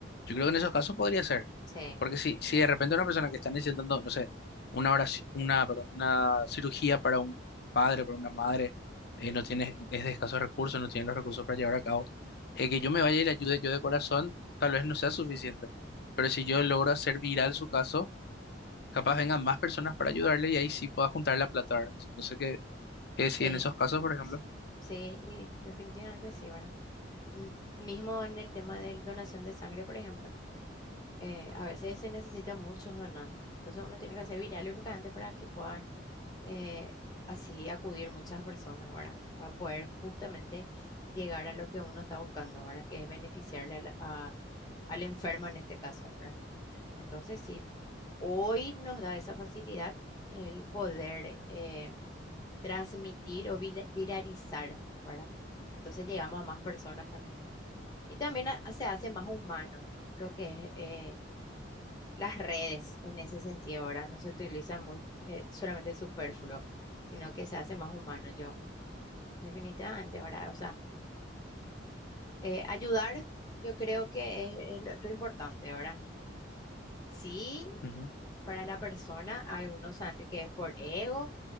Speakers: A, on the left; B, on the left.
A: Yo creo que en esos casos podría ser.
B: sí,
A: Porque si, si de repente una persona que está necesitando, no sé, una oraci- una, perdón, una cirugía para un padre, para una madre, eh, no tiene, es de escasos recursos, no tiene los recursos para llevar a cabo, eh, que yo me vaya y le ayude yo de corazón, tal vez no sea suficiente. Pero si yo logro hacer viral su caso, capaz vengan más personas para ayudarle
B: más personas.
A: y ahí sí pueda juntar la plata. ¿verdad? No, sé no sé qué, qué decir
B: Sí,
A: en esos casos, por ejemplo.
B: sí, sí, y definitivamente sí, ¿verdad? Mm, Mismo en el tema de donación de sangre, por ejemplo, eh, a veces se necesitan muchos donantes. Entonces uno tiene que hacer viral únicamente para que puedan eh, así acudir muchas personas, ¿verdad? Para poder justamente llegar a lo que uno está buscando, ¿verdad? Que es beneficiarle al, a- al enfermo en este caso, ¿verdad? Entonces sí, hoy nos da esa facilidad el poder. eh, transmitir o vila- viralizar, ¿verdad? Entonces llegamos a más personas también. Y también a- se hace más humano lo que es eh, las redes en ese sentido, ¿verdad? No se utiliza muy, eh, solamente superfluo, sino que se hace más humano, yo, definitivamente, ¿verdad? O sea, eh, ayudar, yo creo que es, es lo, lo importante, ¿verdad? Sí,
A: Ujú.
B: para la persona hay unos antes que es por ego,